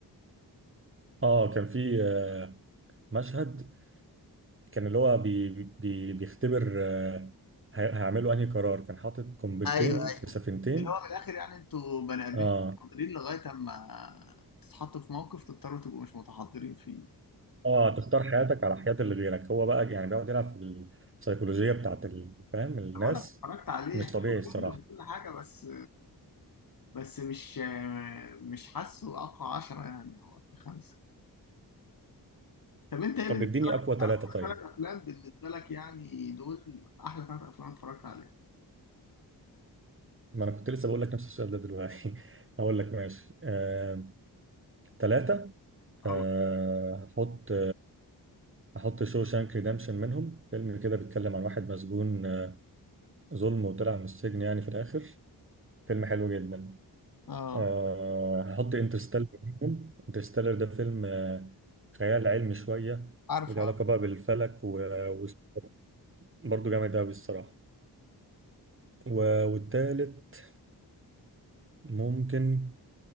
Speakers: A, on the right; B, on the left.
A: اه كان في آه، مشهد كان اللي هو بي... بي... بيختبر آه، هي- هيعملوا انهي قرار كان حاطط قنبلتين
B: ايوه ايوه
A: في سفينتين
B: اللي هو من الاخر يعني انتوا بني ادمين
A: اه
B: متحضرين لغايه اما تتحطوا في موقف تضطروا تبقوا مش متحضرين فيه
A: اه تختار حياتك على حياة اللي غيرك هو بقى يعني بيقعد يلعب في السيكولوجية بتاعت ال- فاهم الناس
B: أنا بقول لك اتفرجت عليه
A: مش
B: حلو
A: طبيعي الصراحة
B: جدا كل حاجه بس بس مش آه، مش حاسه اقوى 10 يعني او اقوى خمسه طب انت ايه
A: طب
B: بالنسبه
A: اديني أقوى ثلاثة طيب
B: ثلاث افلام بالنسبه لك يعني دول احلى ثلاث افلام اتفرجت عليها
A: ما أنا كنت لسه بقول لك نفس السؤال ده دلوقتي <laughs> هقول لك ماشي آه، ثلاثة
B: اه
A: آه هحط هحط شو شانك ريدمشن منهم فيلم كده بيتكلم عن واحد مسجون آه، ظلم وطلع من السجن يعني في الآخر فيلم حلو جدا
B: اه
A: آه، هحط انترستيلر منهم انترستيلر ده فيلم آه، خيال علمي شوية
B: عارفه
A: وله
B: عارفه
A: علاقة بقى بالفلك وبرضه جامد أوي الصراحة و- والتالت ممكن